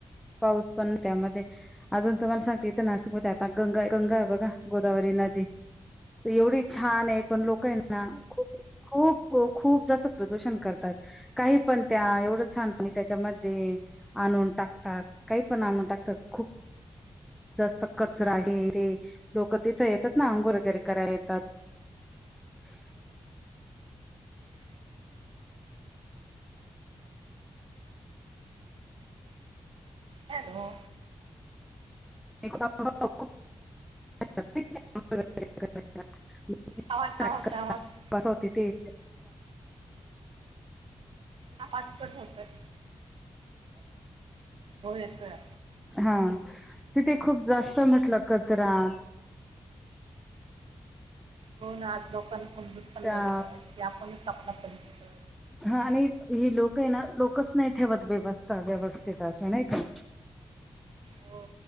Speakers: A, in the centre; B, on the right.
A: पाऊस पण त्यामध्ये. अजून तुम्हांला सांगते इथं नाशिकमध्ये आता गंगा, गंगा हाय बघा गोदावरी नदी तर एवढी छान आहे, पण लोक आहे ना खूप खूप, खूप जास्त प्रदूषण करतात. काही पण त्या एवढं छान पाणी त्याच्यामध्ये आणून टाकतात, काही पण आणून टाकतात, खूप जास्त कचरा हे-ते लोकं तिथं येतात ना, अंघोळ वगैरे करायला येतात. <unintelligible>
B: हॅलो.
A: एक <unintelligible> <unintelligible>
B: आवाज आवाज आवाज कट
A: वसवती
B: होतो तुमचा
A: ते ह
B: आवाज कट होतोय. हो येतोय.
A: हा तिथे खूप जास्त म्हटलं कचरा
B: हो ना आज लोकांना समजत पण
A: त्या
B: नाही की आपणच आपला परिसर
A: हां आणि ही लोकं आहे ना, लोकंच नाही ठेवत व्यवस्था व्यवस्थित असं नाही का.
B: हो.